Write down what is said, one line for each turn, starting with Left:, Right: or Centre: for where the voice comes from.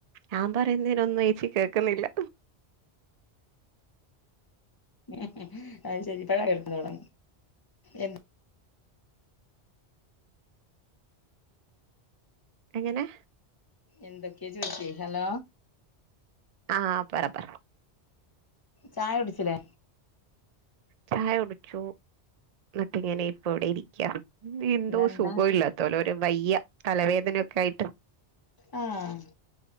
Right: ഞാൻ പറയുന്നതിനൊന്നും ഏച്ചി കേക്കുന്നില്ല
Left: ഉ അത് ശരി പഴക എടുത്ത തുട എ
Right: എങ്ങനെ
Left: എന്തൊക്കെയ ചോദച്ചി ഹലോ
Right: ആഹ ബരാ പറർ
Left: ചായ കുടിച്ചിലെ
Right: ചായ കുടിച്ചു എന്നിട്ടെ ഇങ്ങനെ ഇപ്പ ഇവിടെ ഇരിക്കാ എന്തോ
Left: ഇന്നെന്താ
Right: സുഖ ഇല്ലാത്തോലെ ഒരു വയിയ തലവേദനൊക്കെ ആയിട്ട്
Left: ആഹ